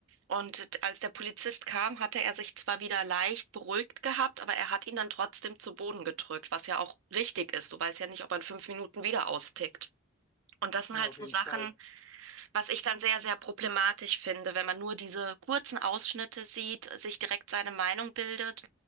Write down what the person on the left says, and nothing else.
Ja,
auf
jeden
Fall.